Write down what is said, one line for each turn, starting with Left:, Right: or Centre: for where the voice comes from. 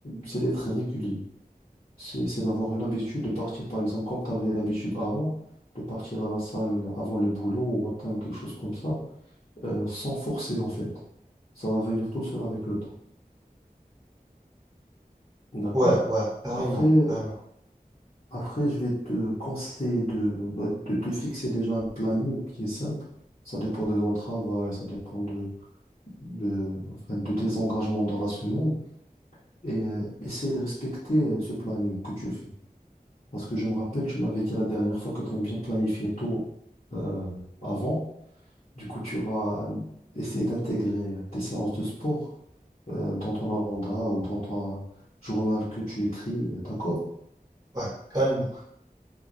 Left: c'est d'être régulier. C'est c'est d'avoir une habitude de partir, par exemple, comme tu avais l'habitude avant, de partir à la salle avant le boulot, au matin ou quelque chose comme ça, euh, sans forcer en fait. Ça va venir tout seul avec le temps. D'accord?
Right: Ouais, ouais, carrément,
Left: Après,
Right: carrément.
Left: après, je vais te conseiller de, bah, de te fixer déjà un planning qui est simple. Ça dépend de ton travail, ça dépend de de, enfin, de tes engagements dans la semaine et euh, essayer de respecter euh, ce planning que tu fais. Parce que je me rappelle, tu m'avais dit la dernière fois que tu aimes bien planifier tôt euh, avant. Du coup, tu vas essayer d'intégrer euh, tes séances de sport euh, dans ton agenda ou dans ton journal que tu écris, euh, d'accord?
Right: Ouais, carrément.